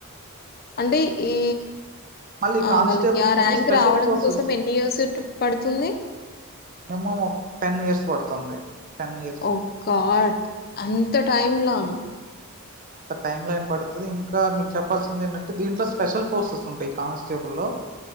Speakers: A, on the left; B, on the right.
A: అంటే ఈ
B: మళ్ళీ
A: ఆ
B: కానిస్టేబుల్స్
A: వాళ్ళకి ఆ
B: లోని
A: ర్యాంక్
B: స్పెషల్
A: రావడం
B: ఫోర్సెస్
A: కోసం ఎన్ని ఇయర్స్ పడుతుంది.
B: మినిమం ఒక టెన్ ఇయర్స్ పడుతుంది. టెన్ ఇయర్స్
A: ఓ గాడ్ అం అంత టైంలాన్
B: అంత టైం లైన్ పడతది ఇంకా మీకు చెప్పాల్సింది ఏంటంటే దీంట్లో స్పెషల్ ఫోర్సెస్ ఉంటాయి. కానిస్టేబుల్ లో